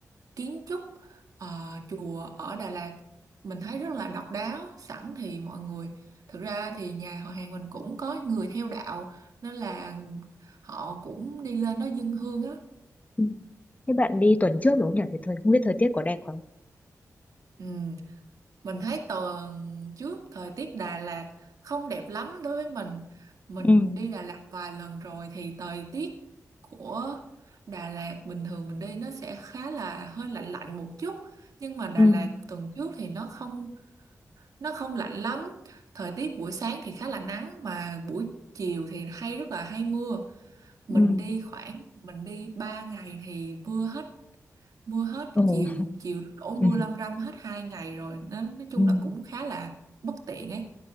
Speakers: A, on the right; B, on the left.
A: kiến trúc ờ, chùa ở Đà Lạt mình thấy rất là độc đáo sẵn thì mọi người thực ra thì nhà họ hàng mình cũng có người theo đạo nên là họ cũng đi lên đó dâng hương á
B: ừ. Thế bạn đi tuần trước đúng không nhỉ? Thì thời không biết thời tiết có đẹp không?
A: ừ. Mình thấy tuần trước thời tiết Đà Lạt không đẹp lắm đối với mình. Mình
B: ừ,
A: đi Đà Lạt vài lần rồi thì thời tiết của Đà Lạt bình thường mình đi nó sẽ khá là hơi lạnh lạnh một chút. Nhưng mà Đà
B: ừ,
A: Lạt tuần trước thì nó không nó không lạnh lắm. Thời tiết buổi sáng thì khá là nắng và buổi chiều thì hay rất là hay mưa. Mình
B: ừ.
A: đi khoảng mình đi 3 ngày thì mưa hết mưa hết
B: Ồ,
A: chiều
B: <laughs>
A: chiều đổ mưa
B: ừ.
A: lâm râm hết hai ngày rồi nó nói chung
B: ừ.
A: là cũng khá là bất tiện ấy